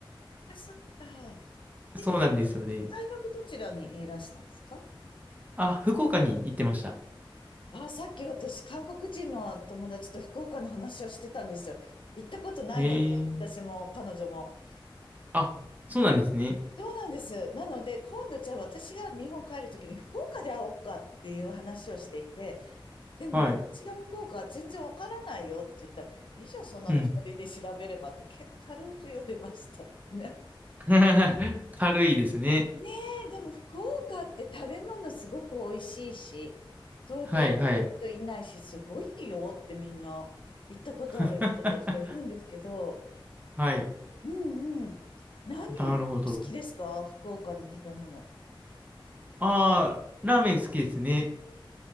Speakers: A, on the left (about 65°); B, on the right (about 15°).
A: あ、そっか。え、
B: そうなんですよね。
A: 大、大学どちらにいらしたんですか
B: あ、福岡に行ってました。
A: あ、さっき私、韓国人の友達と福岡の話をしてたんですよ。行ったことないので、
B: へえ。
A: 私も彼女も。
B: あ、そうなんですね。
A: そうなんです。なので、今度じゃあ私が日本帰るときに福岡で会おうかっていう話をしていて、でも私が福岡は全然わからないよって言ったら、
B: はい。
A: いいじゃん、そんなの二人で調べればってけ軽く言われました。
B: うん。
A: <laughs> ね
B: <laughs> 軽いですね。
A: ねえ、でも福岡って食べ物すごく美味しいし、東京ほど人いないし、
B: はいはい。
A: すごいよってみんな行ったことある人たちがいるんですけど、
B: <laughs> はい。
A: うんうん。何好きですか福岡の食べ物。
B: なるほど。ああ、ラーメン好きですね。